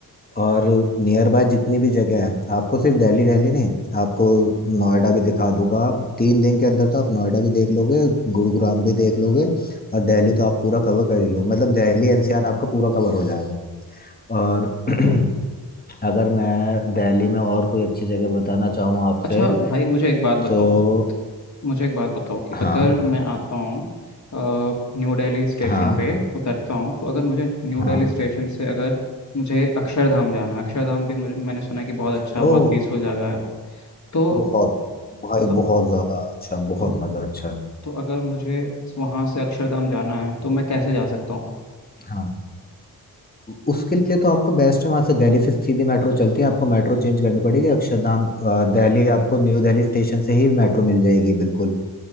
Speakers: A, on the left (about 20°); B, on the left (about 40°).
A: और नियर बाय जितनी भी जगह है आपको सिर्फ दिल्ली दिल्ली नहीं आपको नोएडा भी दिखा दूंगा तीन दिन के अंदर तो आप नोएडा भी देख लोगे गुरुग्राम भी देख लोगे और दिल्ली तो आप पूरा कवर कर ही लो मतलब दिल्ली एनसीआर आपका पूरा कवर हो जाएगा और <clears throat> अगर मैं दिल्ली में और कोई अच्छी जगह बताना चाहूँ आपसे
B: अच्छा भाई मुझे एक बात बताओ
A: तो
B: मुझे एक बात बताओ कि
A: हाँ
B: अगर मैं आता हूँ अ, न्यू दिल्ली स्टेशन
A: हाँ
B: पे उतरता हूँ तो अगर मुझे न्यू
A: हाँ
B: दिल्ली स्टेशन से अगर मुझे अक्षरधाम जाना है अक्षरधाम भी मुझे मैंने सुना है कि बहुत अच्छा
A: ओ
B: बहुत पीसफुल जगह है तो
A: बहुत भाई
B: तो
A: बहुत ज्यादा अच्छा बहुत
B: तो
A: ज्यादा अच्छा
B: तो अगर मुझे वहाँ से अक्षरधाम जाना है तो मैं कैसे जा सकता हूँ
A: हाँ उसके लिए तो आपका बेस्ट है वहां से दिल्ली से सीधी मेट्रो चलती है आपको मेट्रो चेंज करनी पड़ेगी अक्षरधाम अ, दिल्ली आपको न्यू दिल्ली स्टेशन से ही मेट्रो मिल जाएगी बिल्कुल